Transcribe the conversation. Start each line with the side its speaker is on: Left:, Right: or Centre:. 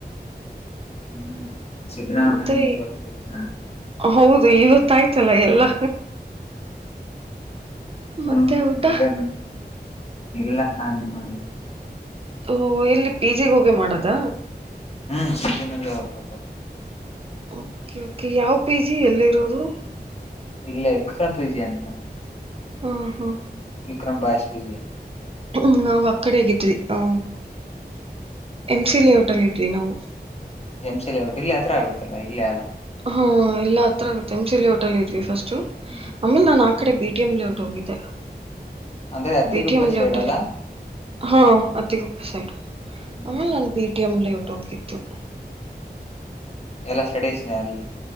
Left: ಹ್ಮ್ ಸಿದ್ದರಾಮಯ್ಯ
Right: ಮತ್ತೆ
Left: ಗೌರ್ಮೆಂಟ್ ಚೆನ್ನಾಗಿ
Right: ಹೌದು ಇವತ್ತ ಆಯ್ತಲ್ಲ ಎಲ್ಲಾ
Left: ಹ್ಮ
Right: ಮತ್ತೆ ಊಟ?
Left: ಅದೇನು ಇಲ್ಲ ಹ ಮಾಡಿ
Right: ಓ ಎಲ್ಲಿ ಪಿಜೆಗ ಹೋಗೆ ಮಾಡದ
Left: ಹ್ಮ್ ಸಜನಲ್ಲೆ ಹೋಗ್ಬೇಕು
Right: ಓಕೆ ಓಕೆ ಯಾವ ಪಿ ಜಿ ಎಲ್ಲಿರೋದು
Left: ಇಲ್ಲ ವಿಕ್ರಂ ಪಿಜಿ ಅಂತ
Right: ಹಾ ಹಾ
Left: ವಿಕ್ರಂ ಬಾಯ್ಸ್ ಪಿಜಿ
Right: ಹ್ಮ ನಾವು ಅ ಕಡೆಗ್ ಇದ್ವಿ ಆ ಎಮ್ ಸಿ ಲೆಔಟಲ್ಲಿ ಇದ್ವಿ ನಾವು.
Left: ಎಂ ಸಿ ಲೆಔಟ್ಟು ಇಲ್ಲಿ ಹತ್ರ ಆಗುತ್ತಲ್ಲ ಇಲ್ಲೇ ಅಲ್ಲಾ
Right: ಹಾ ಎಲ್ಲ ಹತ್ರ ಆಗುತ್ತೆ ಎಂ ಸಿ ಲೇಔಟ್ಲ್ಲಿ ಇದ್ವಿ ಫಸ್ಟ್
Left: ಹ್ಮ್
Right: ಆಮೇಲ್ ನಾ ಈ ಕಡೆ ಬಿಟಿಎಂ ಲಔಟ್ ಹೋಗಿದ್ದೆ
Left: ಅಂದ್ರೆ Attiguppe
Right: B T M
Left: side
Right: ಲೆಔಟಲ್ಲಿ
Left: ಅಲ್ಲ
Right: ಹಾ ಅತ್ತಗುಪ್ಪ ಸೈಡು
Left: ಹ್ಮ್
Right: ಆಮೇಲೆ ನಾನು ಬಿ ಟಿ ಎಂ ಲಔಟ್ ಹೊಗಿದ್ದು
Left: ಎಲ್ಲ ಸ್ಟಡೀಸ್ನೇ ಅಲ್ಲಿ